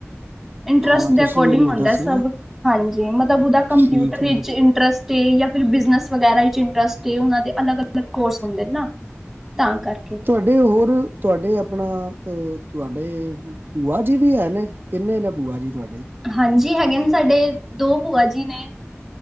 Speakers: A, in the centre; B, on the right.
A: ਇੰਟਰਸਟ
B: ਹਾਂ
A: ਦੇ
B: ਤੁਸੀਂ
A: ਅਕੋਰਡਿੰਗ
B: ਉਹਨੂੰ
A: ਹੁੰਦਾ
B: ਦੱਸਣਾ
A: ਸਭ ਹਾਂਜੀ ਮਤਲਬ ਉਹਦਾ ਕੰਪਿਊਟਰ
B: ਠੀਕ ਠੀਕ
A: ਵਿੱਚ ਇੰਟਰਸਟ ਸੀ ਜਾਂ ਫਿਰ ਬਿਜਨਸ ਵਗੈਰਾ ਇੰਟਰਸਟ ਉਹਨਾਂ ਦੇ ਅਲੱਗ, ਅਲੱਗ ਕੋਰਸ ਹੁੰਦੇ ਨੇ ਨਾ ਤਾਂ ਕਰਕੇ
B: ਤੇ ਹੋਰ ਤੁਹਾਡੇ ਆਪਣਾ ਤੇ ਤੁਹਾਡੇ ਭੂਆ ਜੀ ਵੀ ਹੈ ਨੇ ਕਿੰਨੇ ਨੇ ਭੂਆ ਜੀ ਤੁਹਾਡੇ
A: ਹਾਂਜੀ ਹੈਗੇ ਨੇ ਸਾਡੇ ਦੋ ਭੂਆ ਜੀ ਨੇ